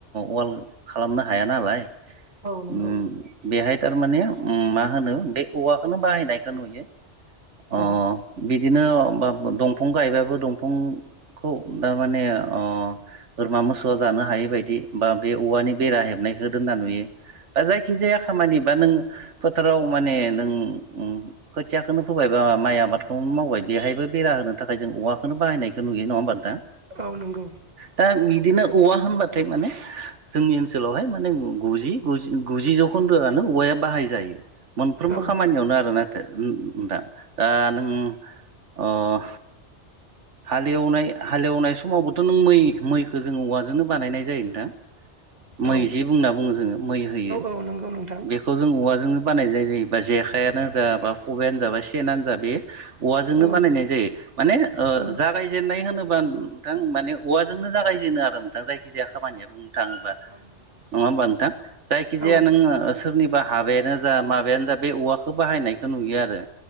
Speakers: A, on the right; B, on the right.
A: वाल खालामनो हाया नालाय।
B: औ नंगौ।
A: उम बेहाय थारमाने उम मा होनो बे औवाखौनो बाहायनायखौ नुयो अ
B: औ
A: बिदिनो बा दंफं गायबाबो दंफं खौ थारमाने ओ। बोरमा मोसौआ जानो हायि बायदि बा बे औवानि बेरा हेबनायखौ दोनना नुयो। बा जायखिजाया
B: औ
A: खामानि बा नों फोथाराव माने नों उम खोथियाखोनो फोबाय बा माइ आबादखौनो मावबाय बेहायबो बेरा होनो थाखाय जों औवाखौनो बाहायनायखौ नुयो नंङा होमबा नों थां
B: औ नंगौ
A: दा बिदिनो औवा होनबाथाय माने जोंनि ओनसोलावहाय माने गु गुजि गु गुजि गुजि जौखोन्दोआनो औवाया बाहाय जायो। मोनफ्रोमबो
B: औ
A: खामानियावनो आरो नाथाय दा दा नों अ हालेवनाय हालेवनाय समावबोथ नों मै मैखौ जोङो औवाजोंनो बानायनाय जायो नोंथां मै
B: औ
A: जि बुंना बुङो जोङो मै होयो
B: औ नंगौ नोंथां
A: बेखौ जों औवाजों जोंनो बानाय जायो जेखायानो जा बा खबाइानो जा बा सेनानो जा बे औवाजोंनो
B: औ
A: बानायनाय जायो माने ओ
B: औ
A: जागायजेननाय होनो बा नोंथां माने औवाजों जागायजेनो आरो नोंथां जायखिजाया खामानिया बुं थाङोबा
B: औ नंगौ
A: नङा होमबा नोंथां जायखिजाया
B: औ
A: नों सोरनिबा हाबायानो जा माबायानो जा बे औवाखौ बाहायनायखौ नुयो आरो